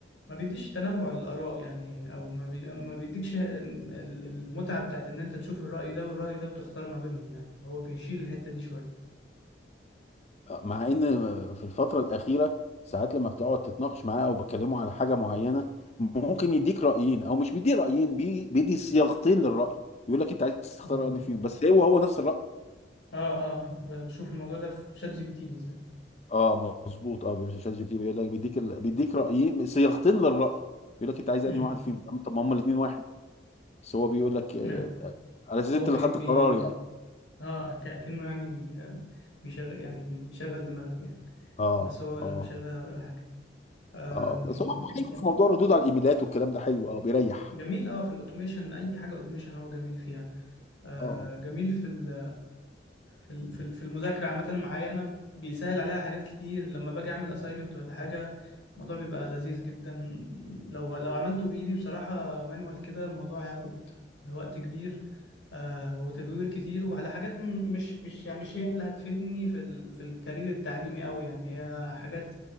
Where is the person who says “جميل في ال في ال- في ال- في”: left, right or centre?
Left